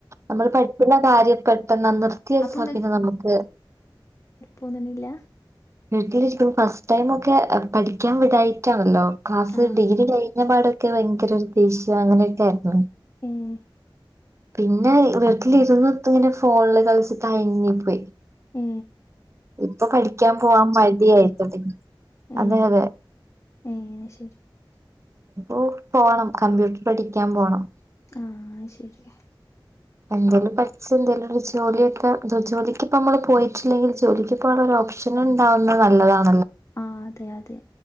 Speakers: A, on the right; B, on the left.
A: നമ്മൾ പഠിക്കുന്ന കാര്യം പെട്ടെന്ന് നിർത്തി വെച്ചാ
B: അപ്പൊ
A: പിന്നെ നമുക്ക്
B: പോന്നണില്ല
A: വീട്ടിിരിക്ക ഫസ്റ്റ് ടൈം ഒക്കെ പഠിക്കാൻ വിടതായിട്ടാണല്ലോ ക്ലാസ്
B: ആ
A: ഡിഗ്രി ക കഞ്ഞ പാടൊക്കെ ഭയങ്കര ഒരു ദേഷ്യം അങ്ങനെയൊക്കൊയിയിരുന്നു
B: ഉം
A: പിന്നെ വീട്ടില ഇരുന്ന്ൊത്ത്ങ്ങനെ ഫോണില് കളിച്ച മായഞ്ഞി പോയി
B: ഉം
A: ഇപ്പൊ പഠിക്കാൻ പോവാൻ മതിയായിട്ടതി
B: ഏ
A: അതെ അതെ
B: ഏ ശരി
A: ഓ പോണം കമ്പ്യൂട്ടർ പഠിക്കാൻ പോണം
B: ആഹ ശരിയ
A: എന്തേലും പഠ എന്തേലും ഒരു ജോലിയൊക്കെ ജോലിക്ക് ഇപ്പ നമ്മള് പോയിട്ടില്ലെങ്കിൽ ജോലിക്ക്ിപ്പോള്ള ഓപ്ഷൻ ഉണ്ടാവുന്നത് നല്ലതാണ്
B: ആഹ അതെ അതെ